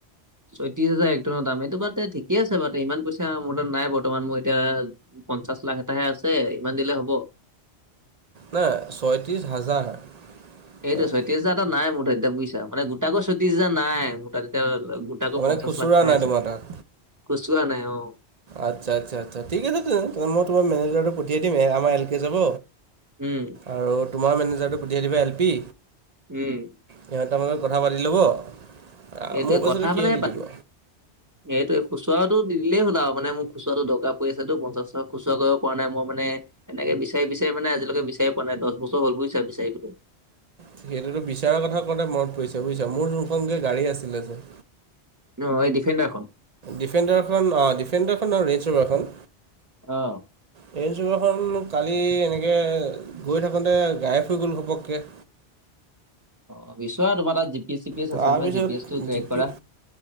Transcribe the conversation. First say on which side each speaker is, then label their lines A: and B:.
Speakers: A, on the right; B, on the right.
A: ছয়ত্ৰিশ হাজাৰ একটনৰ দাম, এইটো বা ঠিকে আছে বা ইমান পইচা মোৰ তাত নাই বৰ্তমান মোৰ এতিয়া পঞ্চাশ লাখ এটাহে আছে, ইমান দিলে হ'ব?
B: নাই ছয়ত্ৰিছ হাজাৰ
A: এইটোয়ে
B: চৰি
A: ছয়ত্ৰিছ হাজাৰ এটা নাই মোৰ তাত এতিয়া বুইছা, মানে গোটাকৈ ছৈত্ৰিশ হাজাৰ নাই মোৰ তাত এতিয়া তাকো
B: মানে
A: পঞ্চাশ
B: খুচুৰা
A: লাখ এঠাহে
B: নাই
A: আছে,
B: তোমাৰ তাত
A: খোছোৰা নাই অ'।
B: আচ্ছা আচ্ছা আচ্ছা, ঠিক আছে তেনে মই তোমাৰ মেনেজাৰটো পঠিয়াই দিম, আমাৰ এল কে যাব।
A: উম।
B: আৰু তোমাৰ মেনেজাৰটো পঠিয়াই দিবা এল পি।
A: উম।
B: সিহঁতৰ মাজত কথা পাতি ল'ব, আ
A: এইটোৱে
B: মোৰ পইচাটো
A: কথা
B: সিয়ে
A: মানে
B: দি
A: পাতি
B: দিব।
A: <inaudible> এইটোৱে খুচৰাটো দি দিলেই হ'ল আৰু মানে মোৰ খুচৰাটো দৰকাৰ পৰি আছেতো, পঞ্চাশ টকা খুচৰা কৰিব পৰা নাই মই মানে এনেকে বিচাৰি বিচাৰি মানে আজিলৈকে বিছাৰি পোৱা নাই, দছ বছৰ হ'ল বুজিচা বিচাৰি পোৱা নাই।
B: সেইটোতো বিচাৰা কথা কওঁতে মনত পৰিছে বুজিছা, মোৰ যোনখনকে গাড়ী আছিলে যে
A: অ', এই ডিফেণ্ডাৰখন?
B: ডিফেণ্ডাৰখন অ', ডিফেণ্ডাৰখন নহয় ৰেইনজৰভাৰ খন।
A: অ'।
B: ৰেইনজৰভাৰ খন কালি এনেকে গৈ থাকোঁতে, গায়ব হৈ গ'ল ঘপককে।
A: অ', বিছৰা তোমাৰ তাত G P S, C S
B: তাৰপিছত
A: আছে নহয় জি পি এছটো ট্ৰেক
B: জি পি
A: কৰা।